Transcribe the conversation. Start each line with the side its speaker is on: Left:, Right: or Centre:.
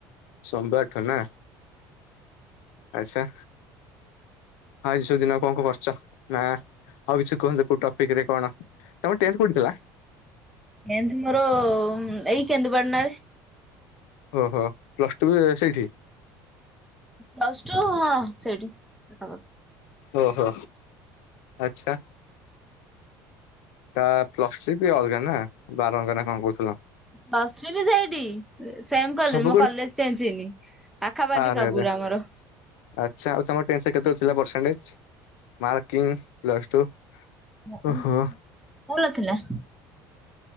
Left: ସୋମବାରଠୁ ନା ଆଛା। ଆଜି ସବୁ ଦିନରେ କଣ କଣ କରିଚ ନା ଆଉ କିଛି କୁହନ୍ତୁ କୋଉ ଟପିକ ରେ କଣ ତମ ଟେନ୍ଥ କୋଉଠି ଥିଲା?
Centre: ଏମତି ମୋର ଏଇ କେନ୍ଦୁ ପାଟଣାରେ।
Left: ଓହୋ ପ୍ଲସ ଟୁ ବି ସେଇଠି।
Centre: ପ୍ଲସ୍ ଟୁ ହଁ ସେଇଠି ହବ।
Left: ଓ ହୋ ଆଚ୍ଛା। ତା ପ୍ଲସ ଟ୍ରି ବି ଅଲଗା ନା ବାରଙ୍ଗ ନା କଣ କହୁଥିଲ।
Centre: ପ୍ଲସ ଥ୍ରୀ ବି ସେଇଠି। ସେମ୍ କଲେଜ୍
Left: ସବୁ
Centre: ମୋ
Left: କରି
Centre: କଲେଜେ ଚେନ୍ଚ୍ ହେଇନି ପାଖାପାଖି
Left: ଆରେ
Centre: ସବୁୁରା
Left: ଆରେ
Centre: ଆମର।
Left: ଆଚ୍ଛା ଆଉ ତମ ଟେନ୍ଥ ରେ କେତେ ଥିଲା ପର୍ସେଣ୍ଟଜ୍ ମାର୍କିଂ ପ୍ଲସ୍ ଟୁ।
Centre: <unintelligible>
Left: ଓହୋ
Centre: ଭଲ ଥିଲା।